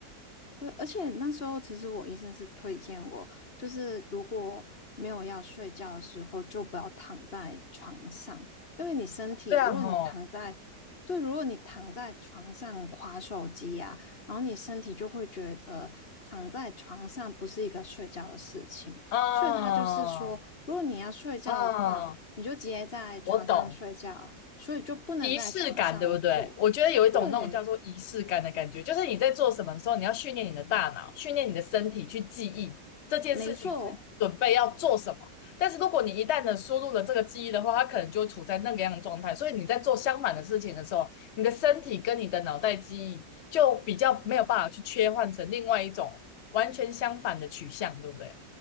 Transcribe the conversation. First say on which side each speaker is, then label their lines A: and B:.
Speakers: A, on the left; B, on the left.
A: 对，而且那时候其实我医生是推荐我，就是如果没有要睡觉的时候，就不要躺在床上，因为你身体，
B: 这样哦，
A: 如果你躺在，对，如果你躺在床上划手机呀，然后你身体就会觉得躺在床上不是一个睡觉的事情，
B: 啊
A: 所以他就是说，如果你要睡觉的话，
B: 啊，
A: 你就直接在床上睡觉，
B: 我懂。
A: 所以就不能在床上做。
B: 仪式感，对不对？我觉得有一种那种叫做仪式感的感觉，
A: 对，
B: 就是你在做什么的时候，你要训练你的大脑，训练你的身体去记忆这件事情是准备要做什么。
A: 没错，
B: 但是如果你一旦的输入了这个记忆的话，它可能就会处在那个样的状态。所以你在做相反的事情的时候，你的身体跟你的脑袋记忆就比较没有办法去切换成另外一种完全相反的取向，对不对？